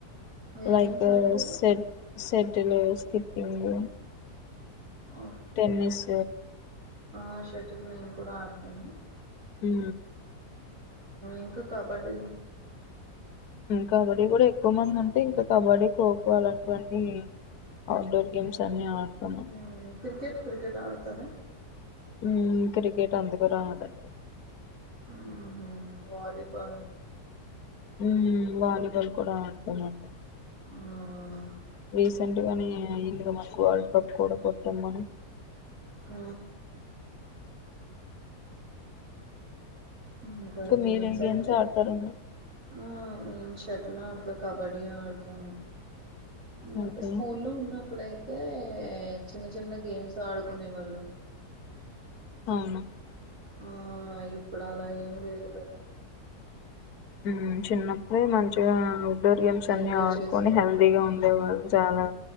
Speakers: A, on the right; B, on the left.
A: ఏ
B: లైక్
A: గేమ్స్ ఆడతారు
B: సెట్ సెటిల్ స్కిప్పింగ్
A: ఓకే
B: టెన్నిస్
A: ఆ షర్టిల్ నేను కూడా ఆడుతాను
B: హూ
A: ఇంకా కబడ్డీ
B: కబడ్డీ కూడా ఎక్కువ మంది ఉంటే ఇంకా కబడ్డీ ఖోఖో అలాంటివన్నీ ఔట్డోర్ గేమ్స్ అన్ని ఆడుతన్నా
A: మ్మ్, క్రికెట్ క్రికెట్ ఆడతార
B: ఉ క్రికెట్ అంతాగా రాదు
A: మ్మ్హ. వాలీబాల్
B: ఉ వాలీబాల్ కూడా ఆడుతానండి
A: ఉ
B: రీసెంట్ గాని ఇందుక మాకు వరల్డ్ కప్ కూడా కొట్టామని.
A: ఆ ఇంకా గేమ్స్
B: మీరు ఏ
A: అంటే
B: ఆడతారండి
A: ఆ నేను షట్ల్ ఆడుతా కబడి ఆడుతను ఇంగంతే
B: ఓకే
A: స్కూల్లో ఉన్నప్పుడయితే చిన్న చిన్న గేమ్స్ తడుకునే వాళ్ళం
B: అవును
A: ఆ ఇప్పుడు అలా ఎమ్ లేదు కదా
B: ఉమ్ చిన్నప్పుడే మంచిగా డోరియమ్స్
A: ఎంజాయ్
B: అన్ని ఆడుకొని
A: చేసేవాళ్ళం
B: హెల్తీగా
A: హ్మ్.
B: ఉండేవాళ్ళు చాలా.